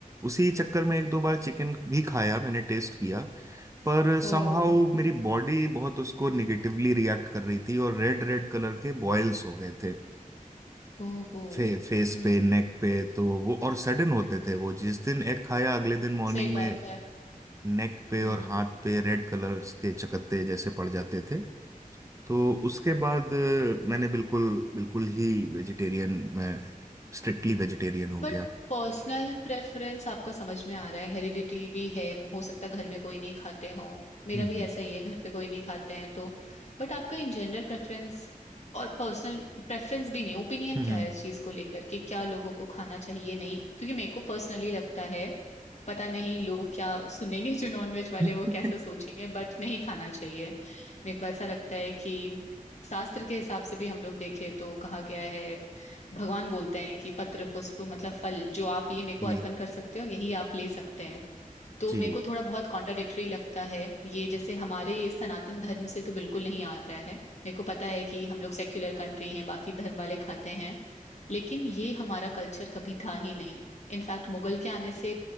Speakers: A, on the right; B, on the left.
A: उसी चक्कर में एक दो बार चिकन भी खाया मैंने टेस्ट किया पर समहाउ
B: ओ
A: मेरी बॉडी बहुत उसको निगेटिवली रिएक्ट कर रही थी और रेड रेड कलर के बॉयल्स हो गए थे
B: ओहो
A: फे, फेस
B: हम्म
A: पे नेक पे तो वो और सडन होते
B: हम्म
A: थे
B: हम्म,
A: वो जिस दिन एग खाया अगले दिन मॉर्निंग
B: सही
A: में
B: बात है
A: नेक पे
B: हम्म
A: और हाथ पे रेड कलर्स के चकत्ते जैसे पड़ जाते थे तो उसके बाद अ, मैंने बिल्कुल बिल्कुल ही वेजिटेरियन मैं स्ट्रिक्टली वेजिटेरियन हो
B: बट
A: गया
B: पर्सनल प्रेफरेंस आपका समझ में आ रहा है हेरिडिटी भी है हो सकता है घर में कोई नहीं खाते हो मेरा
A: हम्म
B: भी
A: हम्म
B: ऐसा ही है घर पे कोई नहीं खाते हैं तो बट आपका इन जनरल प्रेफरेंस और पर्सनल प्रेफरेंस भी नहीं ओपिनियन
A: हम्म,
B: क्या है इस चीज को लेकर कि क्या लोगों को खाना चाहिए नहीं क्योंकि मेरे को पर्सनली लगता है पता नहीं लोग क्या सुनेंगे जो नॉनवेज वाले
A: हम्म।
B: वो कैसा सोचेंगे बट नहीं खाना चाहिए मेरे को ऐसा लगता है कि शास्त्र के हिसाब से भी हम लोग देखें तो कहा गया है भगवान बोलते हैं कि पत्र पुष्प मतलब फल जो आप ये मेरे को
A: जी
B: अर्पण कर सकते हो और यही आप ले सकते हैं तो
A: जी
B: मेरे को थोड़ा बहुत कॉन्ट्राडिक्टरी लगता है ये जैसे हमारे सनातन धर्म से तो बिल्कुल नहीं आ रहा है मेरे को पता है कि हम लोग सेक्युलर कंट्री हैं बाकी धर्म वाले खाते हैं लेकिन ये हमारा कल्चर कभी था ही नहीं इनफैक्ट मुगल के आने से